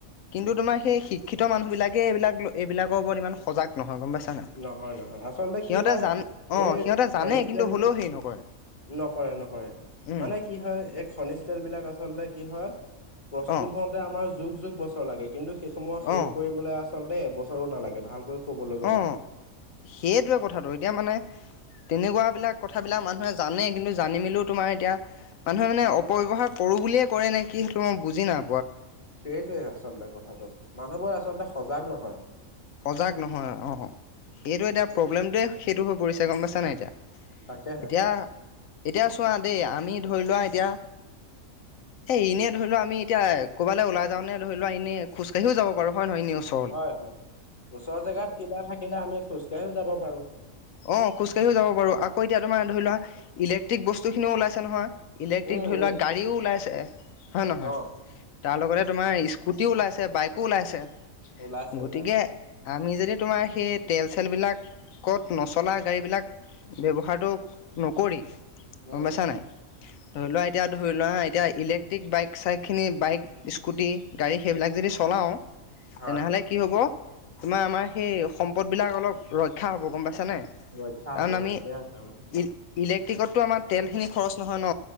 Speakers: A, on the left; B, on the left.
A: কিন্তু তোমাৰ সেই শিক্ষিত মানুহ বিলাকে এইবিলাক এইবিলকৰ ওপৰত ইমান সজাগ নহয় গম পাইছা।
B: নহয় নহয় আচলতে
A: সিহঁতে
B: কি হয়
A: জান অ
B: এই
A: সিহঁতে
B: খনিজ
A: জানেই
B: তেল
A: কিন্তু হ'লেও হেৰি নকৰে।
B: নকৰে নকৰে
A: উম
B: মানে- কি হয় এই খনিজ তেল বিলাক আচলতে কি হয় প্ৰস্তুত
A: অ
B: হওঁ আমাৰ যুগ যুগ বছৰ লাগে কিন্তু সেইসমূহ শেষ
A: অ
B: কৰিবলৈ আচলতে এবছৰো নালাগে ভালকৈ। ক'বলৈ গ'লে
A: অ
B: মানে
A: সেইটোৱে কথাটো এতিয়া মানে। তেনেকুৱাবিলাক কথাবিলাক মানুহে জানে কিন্তু জানি মেলিও তোমাৰ এতিয়া। মানুহে মানে অপবৱহাৰ কৰো বুলিয়ে কৰে নে। কি সেইটো মই বুজি না।
B: সেইটোৱে আচলতে কথাটো মানুহবোৰ আচলতে সজাগ নহয়।
A: সজাগ নহয় অ এইটো এতিয়া প্ৰব্লেমটোোৱে সেইটো হৈ পৰিছে গম পাইছা নাই এতিয়া।
B: তাকেহে
A: এতিয়া এতিয়া চোৱা দেই আমি ধৰি লোৱা এতিয়া
B: <unintelligible>
A: এনেই ধৰি লোৱা আমি এতিয়া ক'বাল ওলা নে ধৰি লোৱা এনে খোজকাঢিও যাব পাৰো হয় নহয় এনে ওচ।
B: হয় হয় ওচৰৰ জোগাত কিবা থাকিলে আমি খোজকাঢ়িও যাব পাৰো।
A: অ খোজকাঢ়িও যাব পাৰো আকৌ এতিয়া তোমাৰ ধৰি লোৱা ইলেক্ট্ৰিক বস্তু খিনিও ওলাইছে নহয়। ইলেক্ট্ৰিক
B: উম,
A: ধৰি
B: উম,
A: লোৱা গাড়ীও ওলাইছে হয় নহয়
B: অ',
A: তাৰ লগতে তোমাৰ ইছ। কুটিও ওলাইছে বাইকো ওলাইছে
B: ওলাইছে
A: গতিকে।
B: ওলাইছে
A: আমি যদি তোমাৰ সেই তেল চেল বিলাকত নচলা গাড়ী বিলাক। ব্যৱহাৰটো নকৰি গম
B: উম,
A: পাইছা নাই। ধৰি লোৱা এতিয়া ধৰি লোৱা হা এতিয়া ইলেক্ট্ৰিক বাইক চাইক খিনি বাইক। স্কুটি গাড়ী সেইবিলাক যদি চলাওঁ
B: হয়।
A: তেনেহ'লে কি হ'ব। তোমাৰ আমাৰ সেই সম্পদবিলাক অলপ ৰক্ষা হ'ব গম পাইছেনে। কাৰণ
B: ৰক্ষা হ'ব
A: আমি
B: ঠিকে
A: ই
B: আছে উম,
A: ইলেক্ট্ৰিকতো আমাৰ তেলখিনি খৰচ নহয় ন।